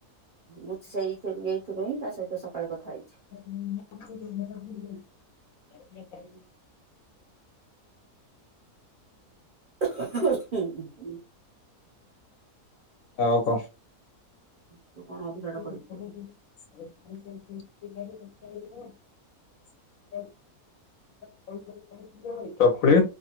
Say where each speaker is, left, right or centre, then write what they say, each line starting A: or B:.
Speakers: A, on the right (about 50°); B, on the left (about 65°).
A: ମୁଁ ଶେଇଥିରୁ ଏଇଥିରୁ ହିଁ ତା ସହିତ ସକାଳେ କଥା ହେଇଚି।
B: <unintelligible>
A: <inaudible>
B: ଆଉ କ?
A: <inaudible> ଅଧିକାଟା
B: <unintelligible> <unintelligible>
A: କରିବୁ କହ
B: ଚକୁଳି